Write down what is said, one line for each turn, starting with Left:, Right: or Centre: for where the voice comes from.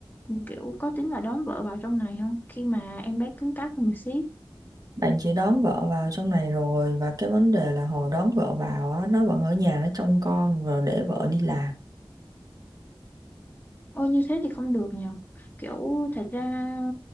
Left: kiểu có tính là đón vợ vào trong này không khi mà em bé cứng cáp hơn một xíu
Right: bạn chỉ đón vợ vào trong này rồi và cái vấn đề là hồi đón vợ vào á nó vẫn ở nhà nó trông con rồi để vợ đi làm
Left: Ôi như thế thì không được nhờ kiểu thật ra